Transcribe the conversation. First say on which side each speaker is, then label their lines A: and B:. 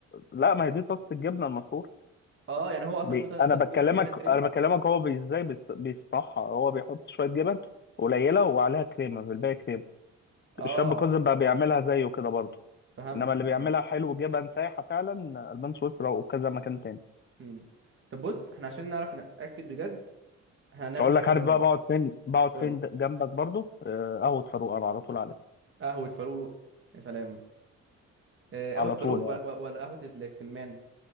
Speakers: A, on the left; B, on the right.
A: لا ما هي دي طاسة الجبنة المفروض
B: اه يعني هو اصلا
A: بي...
B: تقول هات
A: انا بكلمك
B: جبنه وجاب لك كريمه
A: انا بكلمك هو بي- ازاي بيص- بيصنعها هو بيحط شويه جبن قليله وعليها كريمه في الباقي كريمه
B: اه
A: الشاب كوزن بقى بيعملها زيه كده برضه
B: فهمت
A: انما اللي بيعملها
B: فهمت
A: حلو جبن سايحه فعلا البان سويسرا وكذا مكان تاني
B: امم طب بص احنا عشان نعرف نتاكد بجد احنا هنعمل
A: اقول
B: حاجة
A: لك
B: جميلة
A: عارف بقى بقعد فين بقعد
B: قول
A: فين
B: لي
A: د- جنبك برضه آه، قهوه فاروق انا على طول عليها
B: قهوة فاروق يا سلام آه، قهوة
A: على
B: فاروق
A: طول يعني
B: و- و- ولا قهوة السمان